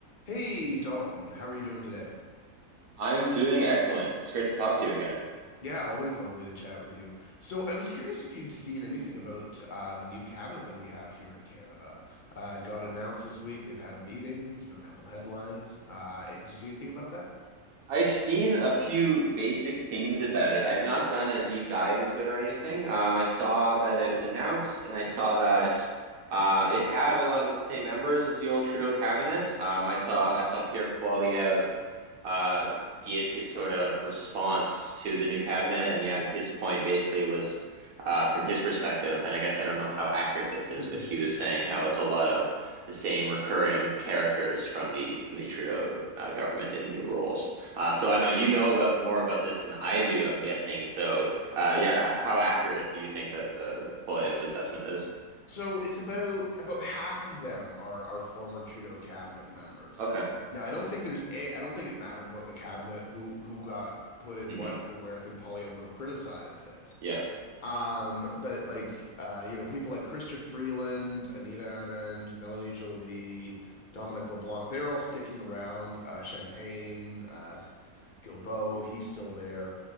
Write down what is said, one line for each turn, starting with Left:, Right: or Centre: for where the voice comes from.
Left: Hey Dalton, how are you doing today?
Right: I'm doing excellent. It's great to talk to you again.
Left: Yeah, always lovely to chat with you. So I was curious if you'd seen anything about uh, the new cabinet that we have here in Canada. Uh, it got announced this week. They've had a meeting. There's been a couple headlines. Uh, did you see anything about that?
Right: I've seen a few basic things about it. I've not done a deep dive into it or anything. Um, I saw that it was announced, and I saw that uh, it had a lot of the same members as the old Trudeau cabinet. Um, I saw I saw Pierre Poilievre uh, give his sort of response to the new cabinet, and yeah, his point basically was uh, from his perspective, and I guess I don't know how accurate this
Left: <laughs>
Right: is, but he was saying how it's a lot of the same recurring characters from the from the Trudeau uh, government in new roles. Uh, so I know you know about more about this than I do, I'm guessing. So, uh, yeah, h- how accurate do you think that uh, Polyev's assessment is?
Left: So it's about about half of them are are former Trudeau cabinet members.
Right: Okay.
Left: Now I don't think there's a I don't think it mattered what the cabinet who who got put in
Right: hmm
Left: what for where. I think Polyev would have criticized it.
Right: Yeah.
Left: Um, but like uh, you know, people like Christopher Freeland, Anita Anand, Melanie Jolie, Dominic LeBlanc, they're all sticking around. Uh, Champagne, uh, S- Gilbeau, he's still there.